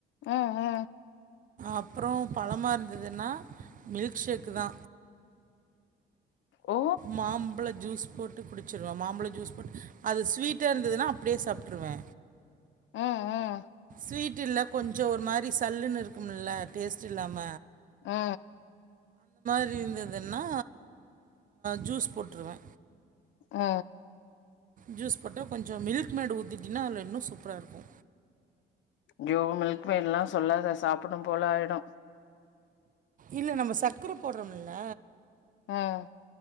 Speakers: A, on the left; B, on the right.
A: அ அ
B: அப்பறோ பழமா இருந்ததுன்னா மில்க் ஷேக்கு தா
A: ஓ
B: மாம்பழ ஜூஸ் போட் டு குடிச்சிருவே மாம்பழ ஜூஸ் போட்டு அது ஸ்வீட்டா இருந்ததுனா அப்டே சாப்புடுவே
A: ம் ம்
B: ஸ்வீட் இல்ல கொஞ்சோ ஒரு மாரி சல்லுன் இருக்குமுல்ல டேஸ்ட் இல்லாம
A: உ உ
B: மீந்ததுனா ஜூஸ் அ போட்ருவே
A: அ
B: ஜூஸ் போட்டா கொஞ்சோ மில்க் மேடு ஊத்திட்டின்னா அல்ல இன்னு சூப்பரா இருக்கு
A: ய்யோ மில்க் மேட்ல்லா சொல்லாத சாப்புட்னும் போல ஆய்டு
B: இல்ல நம்ம சக்கர போட்றோம்ல
A: ம்